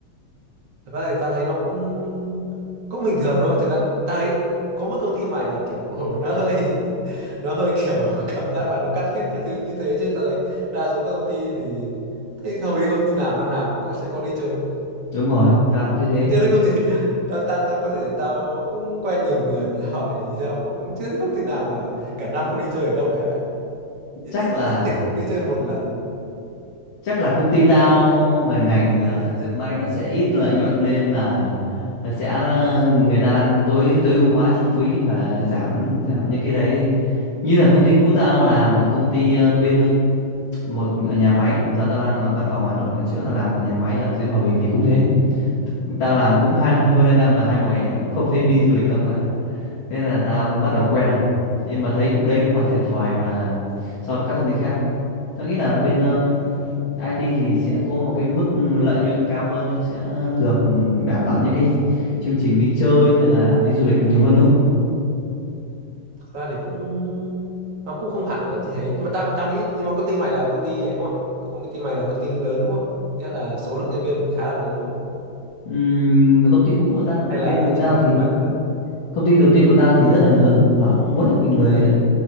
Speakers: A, on the right (about 40°); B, on the left (about 70°).
A: thực ra thì tao thấy nó cũng cũng bình thường thôi thực ra tao thấy có mỗi công ty mày là kiểu <laughs> nó hơi nó hơi kiểu <laughs> cảm giác là nó cắt hết các thứ như thế chứ tao thấy đa số các công ty thì thấy hầu như công ty nào năm nào cũng có sẽ có đi chơi
B: Đúng rồi, tao cũng thấy thế.
A: chưa thấy công ty <laughs> tao tao tao có thể tao cũng quen nhiều người mà tao hỏi thì tao cũng chưa thấy công ty nào mà cả năm không đi chơi ở đâu cả ít
B: Chắc là
A: thì cũng đi chơi một lần
B: chắc là công ty tao về ngành ờ, dệt may nó sẽ ít lợi nhuận nên là nó sẽ người ta đang tối tối ưu hóa chi phí và giảm giảm những cái đấy. Như là công ty cũ tao làm ở công ty ờ, bên ờ, một ở nhà máy, giờ tao đang ở văn phòng Hà Nội còn trước tao làm một nhà máy ở dưới Hòa Bình thì cũng thế. Thực- tao làm cũng hai
A: ừ.
B: hơn hai năm và hai mùa hè thì cũng không thấy đi du lịch đâu cả thế nên là tao cũng bắt đầu quen rồi nhưng mà thấy cũng đây cũng là thiệt thòi và so với các công ty khác tao nghĩ là bên um,
A: à,
B: IT thì sẽ có một cái mức lợi nhuận cao hơn nên sẽ được đảm bảo những cái chương trình đi chơi hay là đi du lịch nhiều hơn đúng không
A: thật ra thì cũng nó cũng không hẳn là như thế nhưng mà tao tao nghĩ nhưng mà công ty mày là công ty ấy đúng không công ty mày là công ty lớn đúng không nghĩa là số lượng nhân viên khá là lớn đúng không
B: Ừm, công ty cũ của tao
A: hay
B: đầu
A: là
B: tiên thì
A: chỉ
B: tao
A: còn
B: thì
A: một vài người
B: Công ty đầu tiên của ta thì rất là lớn, khoảng 45 nghìn người đấy.